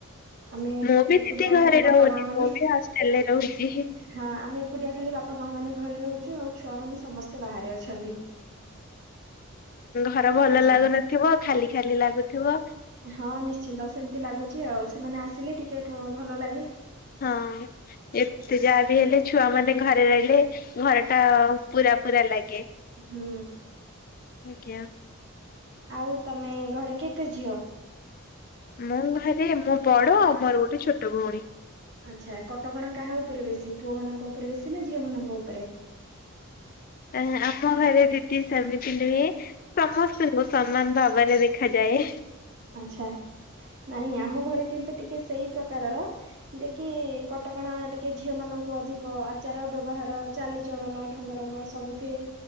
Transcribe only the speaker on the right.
ଆମେ
ଏକୁଟିଆ
ଖାଲି ବାପା
ମା ମାନେ
ହଁ ଆମେ ଏକୁଟିଆ ଖାଲି ବାପା ମା ମାନେ ଘରେ ରହୁଚୁ ଆଉ। ଛୁଆ ସମସ୍ତେ ବାହାରେ ଅଛନ୍ତି।
ଆଚ୍ଛା
ହଁ ନିଶ୍ଚିନ୍ତ ସେମିତି ଲାଗୁଚି ଆଉ। ସେମାନେ ଆସିଲେ ଟିକେ ଭଲ ଲାଗେ।
ହୁଁ।
ଆଉ ତମେ ଘରେ କେତେ ଝିଅ?
ଆଚ୍ଛା। କଟକଣା କାହା ଉପରେ ବେଶୀ ପୁଅ ମାନଙ୍କ ଉପରେ ବେଶୀ ନା ଝିଅ ମଙ୍କ ଉପରେ?
ଆଛା, ନାଇଁ ଆମ ଘରେ କିନ୍ତୁ ଟିକେ ସେଇ ପ୍ରକାରର। ଯେ କିି କଟକଣା ଟିକେ ଝିଅ ମାନଙ୍କୁ ଅଧିକ ଆଚାର, ବ୍ୟବହାର ଚାଲିଚଳନ, ଢଙ୍ଗରଙ୍ଗ ସବୁଥିରେ